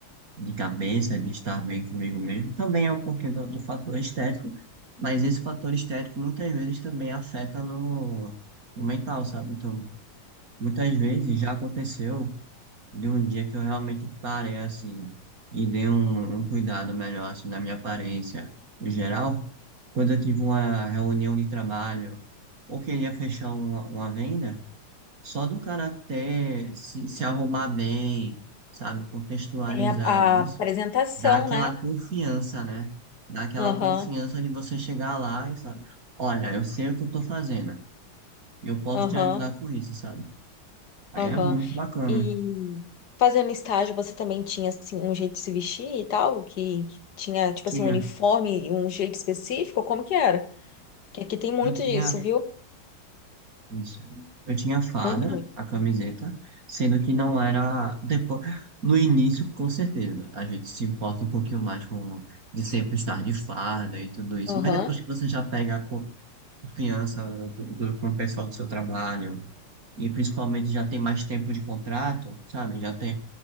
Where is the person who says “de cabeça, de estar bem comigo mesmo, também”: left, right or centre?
Right